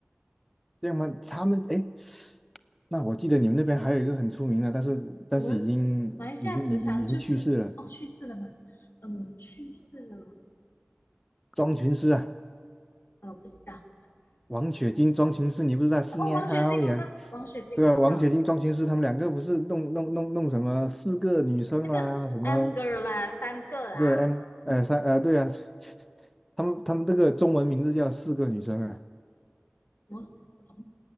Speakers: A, in the centre; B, on the left.
A: 这样吗？他们哎，诶那我记得你们那边还有一个很出名的，但是但是已经已经已已经去世了，
B: 我们马来西亚时常就是哦去世了嘛，呃去世了，
A: 庄群诗啊，
B: 呃，不知道
A: 王雪晶、庄群诗，你不知道新年好呀？
B: 哦，王雪晶，我知道，王雪晶，
A: 对啊，
B: 我知道，
A: 王雪晶、庄群诗他们两个不是弄弄弄弄什么四个女生啦，
B: 那个
A: 什么
B: a M g e r 啦，三个啦，
A: 对 M 呃三呃对啊，<laughs> 他们他们这个中文名字叫四个女生啊。
B: 什么什么？